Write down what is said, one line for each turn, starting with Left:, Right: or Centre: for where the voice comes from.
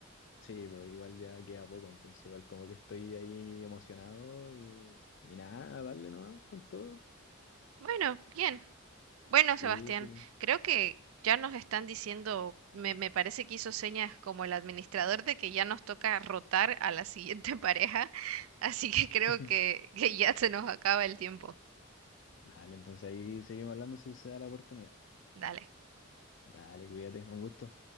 Left: Sí, pues igual ya queda poco, entonces igual como que estoy ahí emocionado y, y nada, a darle nomás con todo.
Right: Bueno, bien. Bueno,
Left: Sí,
Right: Sebastián,
Left: sí.
Right: creo que ya nos están diciendo, me, me parece que hizo señas como el administrador de que ya nos toca rotar a la siguiente <laughs> pareja, así que creo
Left: <laughs>
Right: que, que ya se nos acaba el tiempo.
Left: Dale, entonces ahí seguimos hablando si se da la oportunidad.
Right: Dale.
Left: Dale, cuídate, un gusto.